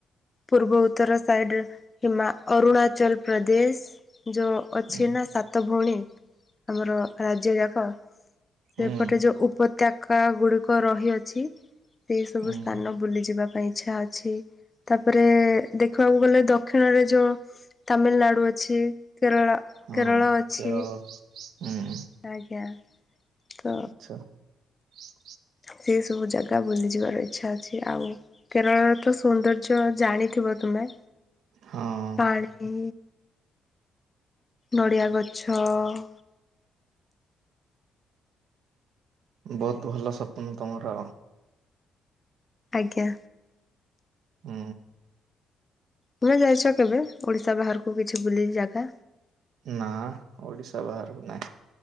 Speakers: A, on the left; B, on the right.
A: ପୂର୍ବ ଉତ୍ତର ସାଇଡ଼ରେ ହିମା ଅରୁଣାଚଲ ପ୍ରଦେଶ। ଯେଉଁ ଅଛି
B: ହଁ
A: ନା ସାତ ଭଉଣୀ ଆମର ରାଜ୍ୟ ଯାକ। ସେପଟେ
B: ହୁଁ
A: ଯୋଉ ଉ ଜାଗା ଗୁଡ଼ିକ ରହିଅଛି ସେଇ ସବୁ
B: ହୁଁ
A: ସ୍ଥାନ ବୁଲିଯିବାକୁ ପାଇଁ ଇଛା ଅଛି ତାପରେ ଦେଖିବାକୁ ଗଲେ ଦକ୍ଷିଣରେ ଯୋଉ ତାମିଲନାଡ଼ୁ ଅଛି କେରଳ
B: ହଁ
A: କେରଳ ଅଛି।
B: କେରଳ ହୁଁ
A: ଆଜ୍ଞା ତ
B: ଆଚ୍ଛା <inaudible>
A: ସେ ସବୁ ଜାଗା ବୁଲିଯିବାରଇ ଆଚ୍ଛା ଅଛି ଆଉ କେରଳରେ ତ ସୌନ୍ଦର୍ଯ୍ୟ ଜାଣିଥିବ ତୁମେ।
B: ହଁ
A: ପାଣି ନଡ଼ିଆ ଗଛ ଛଅ
B: ବହୁତ ଭଲ ସ୍ୱପ୍ନ ତମର ଆଉ।
A: ଆଜ୍ଞା।
B: ହୁଁ।
A: ତୁମେ ଯାଇଛ କେବେ ଓଡିଶା ବାହାରକୁ କିଛି ବୁଲିି ଜାଗା।
B: ନା ଓଡିଶା ବାହାରକୁ ନାହିଁ